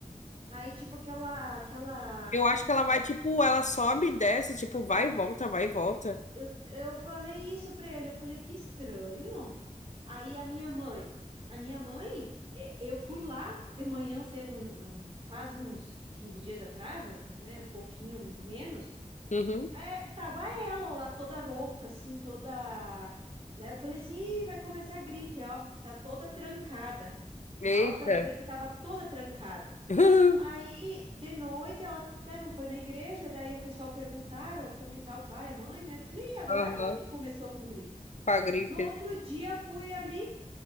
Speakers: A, on the right; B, on the left.
A: Aí, tipo, aquela, aquela
B: eu acho que ela vai, tipo, ela sobe e desce, tipo, vai e volta, vai e volta.
A: Eu, eu falei isso pra ele, eu falei, que estranho. Aí a minha mãe, a minha mãe, é, eu fui lá de manhã cedo, um- um- faz uns 15 dias atrás, né, um pouquinho menos,
B: Uhum.
A: é, tava ela lá toda rouca, assim, toda... Daí eu falei assim, "Ih, vai começar a gripe, ó, tá toda trancada.
B: Eita.
A: Ó, pra ver que tava toda trancada.
B: <laughs>
A: Aí, de noite, ela até não foi na igreja, daí o pessoal perguntaram como que tá o pai, a mãe, né? Eu falei, e agora
B: Aham,
A: é a mãe que começou com gripe.
B: com a gripe.
A: No outro dia, fui ali,